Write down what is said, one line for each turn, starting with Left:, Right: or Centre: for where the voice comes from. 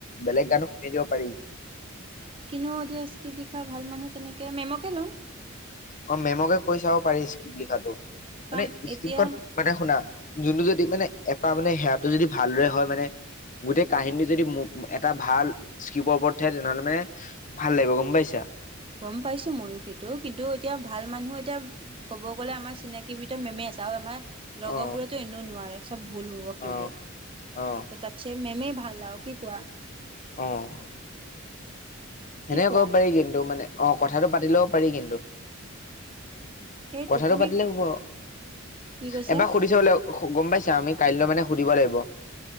Left: বেলেগ গানো সুমিয়াই দিব পাৰি।
Right: কিনো এতিয়া স্ক্ৰিব লিখা ভাল মানুহ তেনেকে মেমকে লওঁ।
Left: অ মেমকে কৈ চাব পাৰি স্ক্ৰিপ্ট লিখাটো।
Right: কাৰণ
Left: মানে স্ক্ৰিপ্টখন
Right: এতিয়া
Left: মানে শুনা, যোনটো যদি মানে এটা মানে সেইয়াটো যদি ভালদৰে হয় মানে, গোটেই কাহিনীটো যদি এটা ভাল স্ক্ৰিপৰ ওপৰত উঠে, তেনেহ'লে মানে ভাল লাগিব গম পাইছা।
Right: গম পাইছো ময়ো সেইটো। কিন্তু, এতিয়া ভাল মানুহ এতিয়া ক'ব গ'লে আমাৰ চিনাকি ভিতৰত মেমে আছে। আৰু আমাৰ, লগৰ
Left: অ
Right: বোৰেতো এনেও নোৱাৰে, চব ভুল হব সেইবোৰ
Left: অ অ
Right: ত তাতছে মেমেই ভাল, ভাল আৰু। কি কোৱা?
Left: অহ। সেনেকে
Right: কি কোৱা
Left: ক'ব পাৰি। কিন্তু মানে, অ কথাটো পাতি ল'ব পাৰি কিন্তু।
Right: সেইটোৱে
Left: কথাটো
Right: তুমি
Left: পাতিলে হব।
Right: কি কৈছা
Left: এবাৰ সুধিচাব লাগিব গম পাইছ? আমি কাইলৈ মানে সুধিব লাগিব।